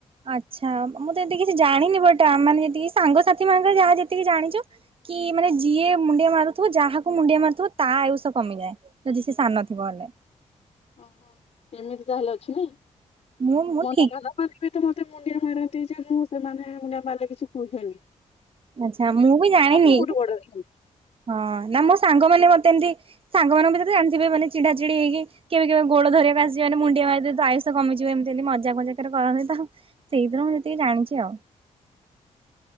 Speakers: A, on the right; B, on the left.
A: ଆଚ୍ଛା ମୁଁ ତ ଏମିତି କିଛି ଜାଣିନି ବଟ ଆମେ ମାନେ ଯେତିକି ସାଙ୍ଗସାଥି ମାନଙ୍କର ଯାହା ଯେତିକି ଜାଣିଛୁ କି ମାନେ ଯିଏ ମୁଣ୍ଡିଆ ମାରୁଥିବ ଯାହାକୁ ମୁଣ୍ଡିଆ ମାରୁଥିବ ତା ଆୟୁଷ କମିଯାଏ ଯଦି ସେ ସାନଥିବ ହେଲେ।
B: ଓହୋ ଏମିତି ତାହେଲେ ଅଛି ନାଇ
A: ମୁଁ ମୁଁ
B: ମୁ
A: ଠିକ
B: ତାହେଲେ ମନିବି ଏଥର ମତେ ମୁଣ୍ଡିଆ ମାରନ୍ତି ଯେ ମୁଁ ସେମାନେ ମୁଣ୍ଡିଆ ମାରିଲେ କିଛି କୁହେନି
A: ଆଚ୍ଛା ମୁଁ ବି ଜାଣିନି
B: ମାନେ ମୋଠୁ ବଡ ଅଛନ୍ତି।
A: ହଁ ନା ମୋ ସାଙ୍ଗ <unintelligible> ମତେ ଏମତି ସାଙ୍ଗମାନଙ୍କ ଭିତରେ ଏମିତି ବି ମାନେ ଚିଢା ଚିଡି ହେଇକି କେବେ କେବେ ଗୋଡ ଧରିବାକୁ ଆଯିବ ମାନେ ମୁଣ୍ଡିଆ ଯେହେତୁ ଆୟୁସ କମିଯିବ ଏମିତି ଏମିତି ମଜା ମଜାକରେ କରନ୍ତି ତ ସେଇଥିରୁ ମୁଁ ଯେତିକି ଜାଣିଛି ଆଉ ହଁ <inaudible>